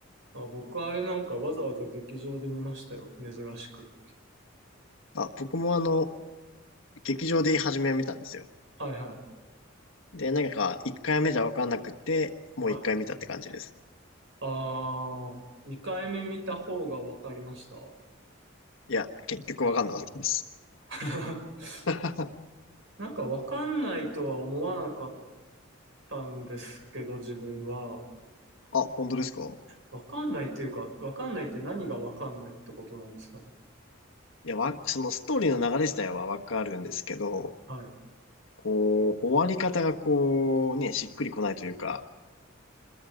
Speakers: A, on the right (about 65°); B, on the left (about 70°).
A: あ、僕あれなんかわざわざ劇場で見ましたよ。珍しく。
B: あ、僕もあの、劇場で初めは見たんですよ。
A: はいはい。は
B: で、なんか1回目じゃわかんなくて、もう1回見たって感じです。
A: いああ、2回目見た方がわかりました。
B: いや、結局わかんなかったです。
A: <laughs>
B: <laughs> あ、
A: なんかわかんないとは思わなかったんですけど、自分は。
B: 本当ですか
A: わかんないっていうか、わかんないって何がわかんないってことなんですかね。
B: いや、わ、そのストーリーの流れ自体はわかるんですけど、
A: はい。
B: こう、終わり方がこう、ね、しっくりこないというか、